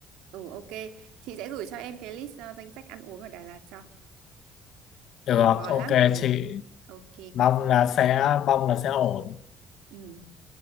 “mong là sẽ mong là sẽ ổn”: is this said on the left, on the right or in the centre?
Left